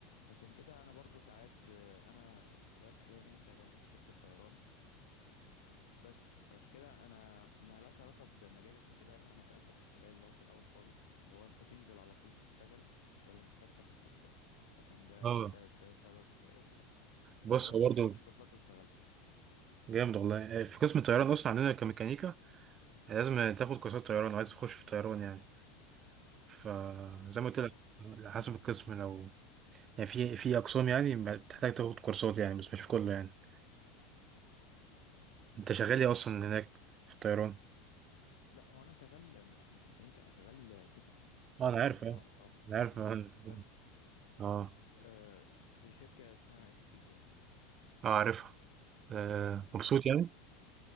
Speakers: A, on the left; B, on the right.
A: عشان كده انا برضو ساعات آه، انا دلوقتي حاليا انا شغال في شركة طيران بس فعشان كده انا ما لهاش علاقة بمجالي عشان كده انا سألتك السؤال اللي هو في الاول خالص اللي هو انت تنزل على طول تشتغل ولا محتاج تاخد كورسات عشان ده
B: اه
A: ده ده سبب السؤال يعني
B: بص
A: ان انا
B: هو
A: ما خدتش
B: برضه
A: كورسات واشتغلت
B: جامد والله آه، في قسم الطيران اصلا عندنا كميكانيكا لازم تاخد كورسات طيران لو عايز تخش في طيران يعني فزي ما قلت لك
A: اه
B: على حسب القسم لو يعني في في اقسام يعني بتحتاج تاخد كورسات يعني بس مش في كله يعني انت شغال ايه اصلا هناك في الطيران
A: لا هو انا شغال مش مش ميكانيكا انا شغال تيكتنج لو
B: اه انا عارف
A: تعرف
B: اه انا عارف اه
A: اه بس
B: اه
A: آه في شركة اسمها اكسبيديا
B: آه، عارفها آه. مبسوط
A: بس
B: يعني